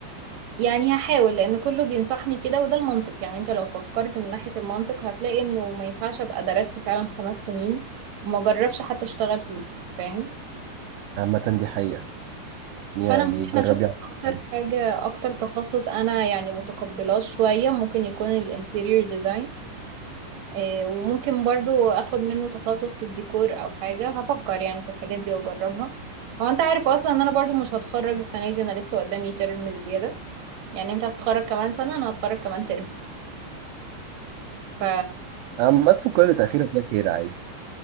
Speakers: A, on the right; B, on the right.
A: يعني هحاول لان كله بينصحني كده وده المنطق يعني انت لو فكرت من ناحيه المنطق هتلاقي انه ما ينفعش ابقى درست فعلا خمس سنين وما جربش حتى اشتغل فيه فاهم
B: عامة دي حقيقة يعني
A: فانا ممكن
B: جربي
A: اشوف
B: على
A: اكتر
B: الأقل
A: حاجه اكتر تخصص انا يعني متقبلاه شويه ممكن يكون الانتيريور ديزاين آه، وممكن برضو اخد منه تخصص الديكور او حاجة هفكر يعني في الحاجات دي واجربها هو انت عارف اصلا ان انا برضو مش هتخرج السنة دي انا لسه قدامي ترم زيادة يعني انت هتتخرج كمان سنة انا هتخرج كمان ترم ف
B: عامة كل تأخير فيها خير عادي